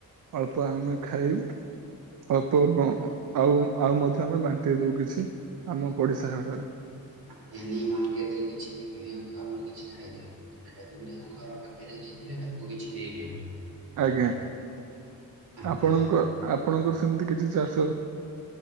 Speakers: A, on the right; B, on the right.
A: ଅଳ୍ପ ଆମେ ଖାଇବୁ। ଅଳ୍ପ ଅଳ୍ପ ଆଉ ଆଉ ମଧ୍ୟ ଆମେ ବାଣ୍ଟି ଦଉ କିଛି ଆମ ପଡିଶା ଘରରେ।
B: <inaudible> ମାର୍କେଟ ରେ କିଛି ବିକି ଦିଅନ୍ତୁ ଆପଣ କିଛି ଖାଇଦିଅନ୍ତୁ ଖାଇ ଦିଅନ୍ତୁ। ଘର ପାଖରେ ଯିଏ ଥିବେ ତାକୁ କିଛି ଦେଇ ଦିଅନ୍ତୁ।
A: ଆଜ୍ଞା
B: ଆଜ୍ଞା
A: ଆପଣଙ୍କ ଆପଣଙ୍କର ସେମିତି କିଛି ଚାଷ୍